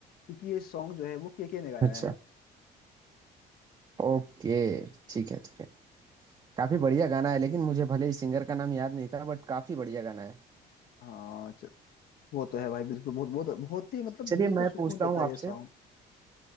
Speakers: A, on the left; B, on the right.
A: क्योंकि ये सॉन्ग जो है वो केके ने गाया
B: अच्छा
A: है
B: ओके ठीक है ठीक है काफी बढ़िया गाना है लेकिन मुझे भले ही सिंगर का नाम याद नहीं था बट काफी बढ़िया गाना है
A: हाँ च- वो तो है भाई बिल्कुल बहुत बहुत बहुत ही मतलब
B: चलिए
A: दिल को
B: मैं
A: सुकून
B: पूछता
A: देता
B: हूँ
A: है
B: आपसे
A: ये सॉन्ग